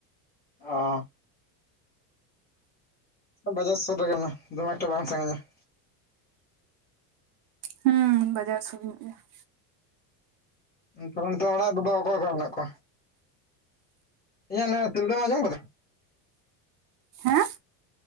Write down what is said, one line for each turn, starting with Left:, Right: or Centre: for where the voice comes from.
Left: ᱦᱚᱸ ᱵᱟᱡᱟᱨ ᱥᱚᱴ ᱟᱠᱟᱱᱟ ᱫᱚᱢᱮ ᱮᱠᱴᱟ ᱵᱟᱝ ᱥᱟᱺᱜᱤᱧᱟ ᱾
Right: ᱦᱩᱸ ᱵᱟᱡᱟᱨ ᱥᱩᱨ ᱧᱚᱜ ᱜᱮᱭᱟ ᱾
Left: ᱛᱟᱦᱟᱞᱮ ᱱᱤᱛᱚᱜ ᱫᱚ ᱚᱲᱟᱜ ᱨᱮ ᱫᱚ ᱚᱠᱚᱭ ᱚᱠᱚᱭ ᱢᱮᱱᱟᱜ ᱠᱚᱣᱟ? ᱤᱭᱟᱹ ᱱᱚᱣᱟ ᱛᱩᱞᱜᱟᱹ ᱟᱸᱡᱚᱢ ᱠᱟᱫᱟ?
Right: ᱦᱮᱸ